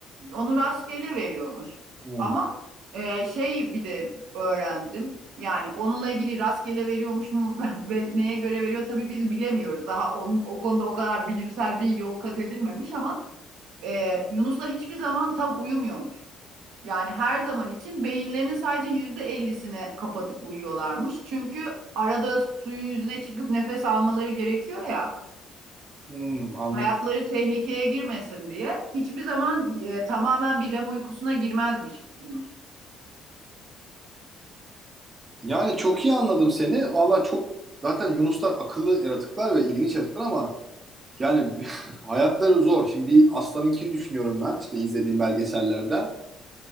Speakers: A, on the right; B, on the right.
A: Onu rastgele veriyormuş.
B: Hmm.
A: Ama e, şey bir de öğrendim. Yani onunla ilgili rastgele veriyormuş mu <laughs> ve neye göre veriyor tabii biz bilemiyoruz. Daha onun o konuda o kadar bilimsel bir yol kat edilmemiş ama e, yunuslar hiçbir zaman tam uyumuyormuş. Yani her zaman için beyinlerinin sadece yüzde ellisini kapatıp uyuyorlarmış. Çünkü arada suyun yüzüne çıkıp nefes almaları gerekiyor ya
B: Hmm, anladım.
A: hayatları tehlikeye girmesin diye hiçbir zaman e, tamamen bir REM uykusuna girmezmiş Yunus.
B: Yani çok iyi anladım seni. Valla çok zaten Yunuslar akıllı yaratıklar ve ilginç yaratıklar ama yani <laughs> hayatları zor. Şimdi bir aslanınkini düşünüyorum ben işte izlediğim belgesellerden.